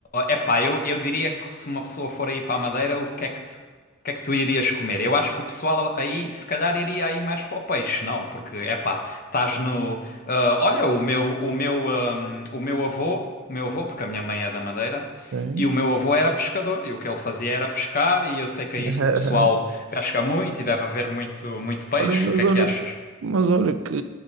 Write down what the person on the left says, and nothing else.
É epá, eu, eu diria que se uma pessoa for aí para a Madeira, o que é que, o que é que tu irias comer? Eu acho que o pessoal aí se calhar iria aí mais para o peixe, não? Porque é epá, estás no. ah, olha, o meu, o meu, ah, o meu avô, o meu avô, porque a minha mãe é da Madeira.
E o meu avô era pescador, e o que ele fazia era pescar, e eu sei que aí
que o pessoal pesca muito e deve haver muito, muito peixe.
O que é
que achas?